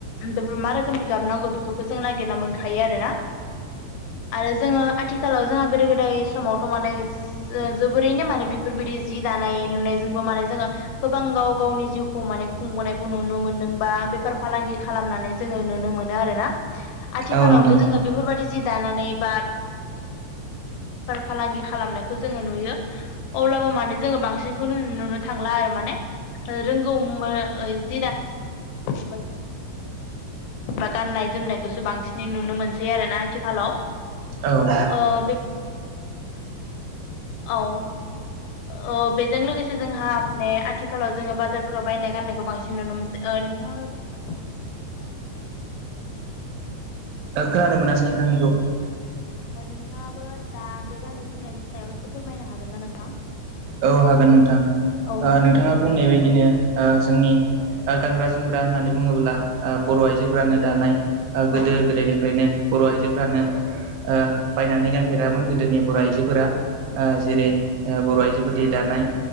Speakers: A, on the left (about 80°); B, on the right (about 80°).
A: बेफोर मा रोखोमनि गाबनांगौ बेफोरखौ जों नागिरना मोनखायो आरोना आरो जोङो आथिखालाव जोंहा गोदो गोदाय समाव माने जो जोबोरैनो माने बेफोरबायदि जि दानाय लुनायजोंबो माने जोङो गोबां गाव गावनि जिउखौ माने खुंबोनायखौ नुनो मोनदों बा बेफार फालांगि खालामनानै जोङो नुनो मोनो आरोना आथिखालावबो
B: औ नोंथां
A: जोङो बेफोरबायदि जि दानानै बा फालांगि खालामनायखौ जोङो नुयो अब्लाबो माने जोङो बांसिनखौनो नुनो थांला आरो माने ओ रोंगौ मो जिराद बा गाननाय जोमनायखौसो बांसिनै नुनो मोनसै आरो ना आथिखालाव
B: औ
A: ओ बे औ अ बेजों लोगोसे जोंहा माने आथिखालाव जोङो बाजारफोराव बायनाय गाननायखौ बांसिन नुनो मोनसै नोंथाङा बे हागोन नामा नोंथां?
B: खोनानो मोनासै नोंथांनिखौ
A: नोंथाङाबो दा बे गाननाय जोमनायनि सायाव एसे फोरमायनो हागोन ना नोंथां?
B: औ हागोन नोंथां
A: औ
B: ओ
A: नोंथां
B: नोंथाङा
A: फोरमायजागोन
B: बुंनाय बदिनो
A: दे
B: ओ जोंनि गग्रा जोमग्रा होननानै बुङोब्ला बर' आइजोफ्रानो दानाय गोदो
A: औ
B: गोदायनिफ्रायनो बर' आइजोफ्रानो ओ बायनानै गानफेरामोन गोदोनि बर' आइजोफोरा ओ जेरै ओ बर' आइजो आजोफोरदि दानाय